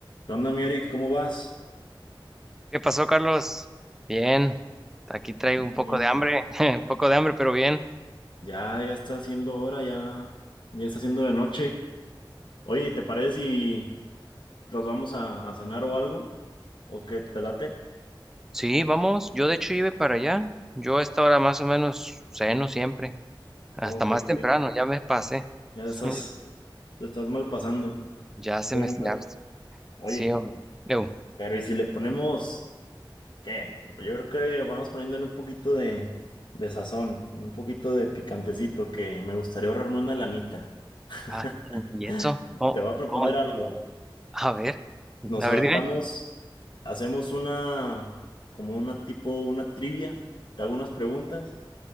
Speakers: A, on the left (about 65°); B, in the centre.
A: ¿Qué onda, mi Eric? ¿Cómo vas?
B: ¿Qué pasó, Carlos? Bien, aquí traigo
A: Bien,
B: un
A: bien.
B: poco de hambre, <laughs> un poco de hambre, pero bien.
A: Ya, ya está haciendo hora, ya, ya está haciendo de noche. Oye, ¿te parece si los vamos a, a cenar o algo? ¿O qué te late?
B: Sí, vamos, yo de hecho iba para allá. Yo a esta hora más o menos ceno siempre, hasta
A: Ok,
B: más
A: ok.
B: temprano, ya me pasé.
A: Ya
B: <laughs>
A: estás, te estás mal pasando.
B: Ya
A: Bueno,
B: se me...
A: está
B: Ya,
A: bueno. Oye,
B: sí, hombre. Eu,
A: pero ¿y si le ponemos qué? Yo creo que vamos poniéndole un poquito de, de sazón, un poquito de picantecito, que me gustaría ahorrarme una lanita. <laughs>
B: ay, ¿y eso? ¿Cómo?
A: Te voy a proponer
B: ¿Cómo?
A: algo.
B: A ver,
A: Nos
B: a
A: aventamos,
B: ver, dime.
A: hacemos una, como una tipo, una trivia, te hago unas preguntas